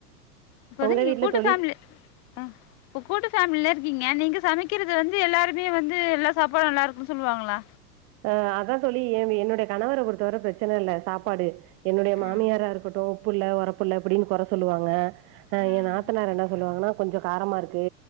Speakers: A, on the left; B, on the right.
A: இப்ப வந்து
B: உங்க
A: நீங்க
B: வீட்ல
A: கூட்டு
B: தோழி
A: பேமிலி ஆ இப்ப கூட்டு ஃபேமிலில இருக்கீங்க நீங்க சமைக்கிறது வந்து எல்லாருமே வந்து எல்லா சாப்பாடு நல்லா இருக்குன்னு சொல்லுவாங்களா
B: ஆ அதான் தோழி என்னுடைய கணவர பொறுத்தவர பிரச்சன இல்ல சாப்பாடு என்னுடைய
A: ம்
B: மாமியாரா இருக்கட்டு உப்புல்ல ஒரப்புல்ல அப்டின்னு கொர சொல்லுவாங்க ஆ
A: ம்
B: ஏ நாத்தனார் என்ன சொல்லுவாங்கன்னா கொஞ்சோ காரமா இருக்கு